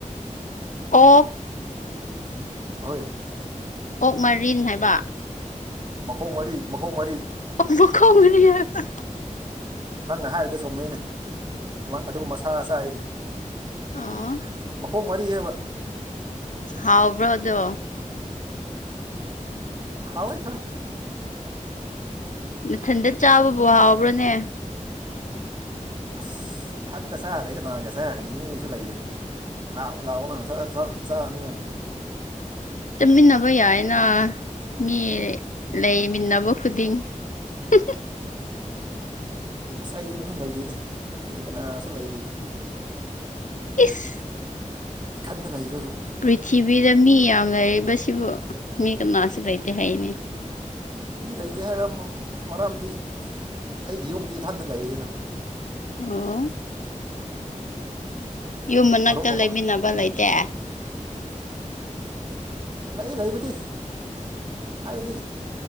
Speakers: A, on the left; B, on the right.
A: ꯑꯣ
B: ꯍꯣꯏ
A: ꯑꯣꯛ ꯃꯔꯤꯟ ꯍꯥꯏꯕ
B: ꯃꯈꯣꯡ ꯃꯔꯤ ꯃꯈꯣꯡ ꯃꯔꯤ
A: ꯑꯣꯛ ꯃꯈꯣꯡ ꯃꯔꯤ ꯍꯥꯏꯕ
B: ꯅꯪ ꯅ ꯍꯥꯏꯕꯗ ꯆꯣꯡꯅꯩꯅꯦ ꯑꯗꯨꯒ ꯃꯁꯥ ꯑꯆꯥꯥꯏꯅꯤ
A: ꯑꯣ
B: ꯃꯈꯣꯡ ꯃꯔꯤ ꯍꯥꯏꯕ
A: ꯍꯥꯎꯕ꯭ꯔꯣꯗꯣ
B: ꯍꯥꯎꯣꯏ ꯍꯣꯏ
A: ꯃꯊꯟꯗ ꯆꯥꯕꯕꯨ ꯍꯥꯎꯕ꯭ꯔꯣꯅꯦ
B: ꯑꯁ ꯏꯊꯟꯗ ꯆꯥ ꯑꯗꯩ ꯀꯅꯥꯡꯒ ꯆꯥꯔꯒꯗꯤ ꯃꯤꯁꯨ ꯂꯩꯗꯅ ꯂꯥꯎ ꯂꯥꯛꯥꯎꯎꯅ ꯁꯥ ꯁꯔ ꯆꯥ ꯅꯤꯡꯉ
A: ꯆꯠꯃꯤꯟꯅꯕ ꯌꯥꯏꯅ ꯃꯤ ꯂꯩꯃꯤꯟꯅꯕ ꯈꯨꯗꯤꯡ ꯍ
B: ꯑꯁ ꯑꯩꯗꯤ ꯃꯤ ꯂꯩꯗꯣꯏꯅꯤ ꯃꯤ ꯀꯅꯥꯁꯨ ꯂꯩꯗꯣꯏꯅꯤ
A: ꯏꯁ
B: ꯏꯊꯟꯗ ꯂꯩꯕꯕꯨ
A: ꯄ꯭ꯔꯤꯊꯤꯕꯤꯗ ꯃꯤ ꯌꯥꯝ ꯂꯩꯔꯤꯕꯁꯤꯕꯨ ꯃꯤ ꯀꯅꯥꯁꯨ ꯂꯩꯇꯦ ꯍꯥꯏꯅꯦ
B: ꯃꯤ ꯂꯩꯇꯦ ꯍꯥꯏꯕ ꯃꯔꯝꯗꯤ ꯑꯩꯒꯤ ꯌꯨꯝꯗꯤ ꯏꯊꯟꯗ ꯂꯩꯔꯤꯗꯅ
A: ꯑꯣ ꯌꯨꯝ ꯃꯅꯥꯛꯇ
B: ꯃꯔꯨꯞ ꯃꯄꯥꯡ
A: ꯂꯩꯃꯤꯟꯅꯕ ꯂꯩꯇꯦ
B: ꯂꯩ ꯂꯩꯕꯨꯗꯤ ꯍꯥꯏꯕꯗꯤ